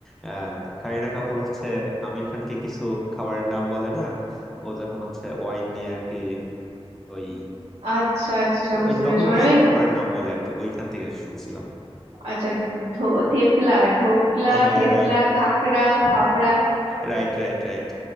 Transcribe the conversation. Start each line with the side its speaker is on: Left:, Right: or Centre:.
Centre: আহ, কারিনা কাপুর হচ্ছে আমির খানকে কিছু খাবারের নাম বলে না ও যখন হচ্ছে ওয়াইন নিয়ে আর কি ওই
Right: আচ্ছা আচ্ছা বুঝতে
Centre: ওই
Right: পেরেছি
Centre: তখন
Right: মানে
Centre: কিছু
Right: ওই
Centre: খাবারের নাম বলে আর কি ওইখান থেকে শুনছিলাম
Right: আচ্ছা ধো থেপলা ঢোকলা
Centre: হ্যাঁ
Right: থেপলা
Centre: রাইট
Right: খাকরা ফাপড়া
Centre: Right right right